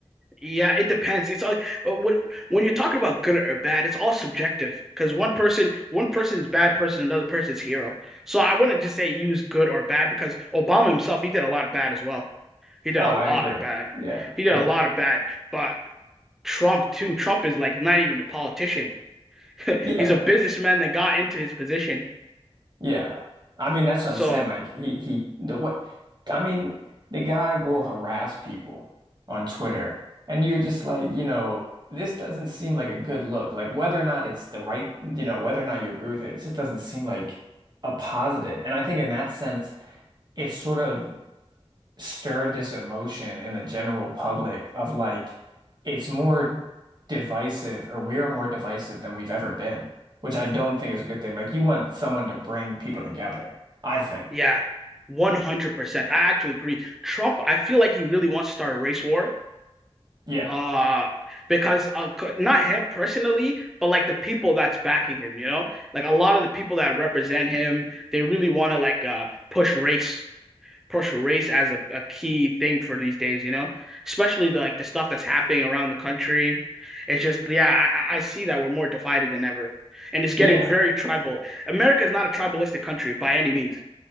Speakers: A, in the centre; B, on the right.
A: yeah, it depends. It's all uh, when when you're talking about good or bad, it's all subjective because one person one person's bad person, another person's hero. So I wouldn't just say use good or bad because Obama himself, he did a lot of bad as well. He did
B: Oh,
A: a
B: I
A: lot
B: agree.
A: of bad.
B: Yeah.
A: He did
B: Yeah.
A: a lot of bad. But Trump too. Trump is like not even a politician. <laughs>
B: Yeah.
A: He's a businessman that got into his position.
B: Yeah. I mean, that's what
A: So
B: I'm saying. Like he he the what I mean, the guy will harass people on Twitter and you're just like, you know, this doesn't seem like a good look. Like whether or not it's the right, you know, whether or not you agree with it, it just doesn't seem like a positive. And I think in that sense, it's sort of stirred this emotion in the general public of like it's more divisive or we're more divisive than we've ever been, which I don't think is a good thing. Like you want someone to bring people together, I think.
A: yeah, 100%. I actually agree. Trump, I feel like he really wants to start a race war
B: Yeah.
A: uh because uh, not him personally but like the people that's backing him you know like a lot of the people that represent him they really want to like uh push race push race as a, a key thing for these days you know especially the, like the stuff that's happening around the country it's just yeah I, I I see that we're more divided than ever and it's getting
B: Yeah.
A: very tribal America is not a tribalistic country by any means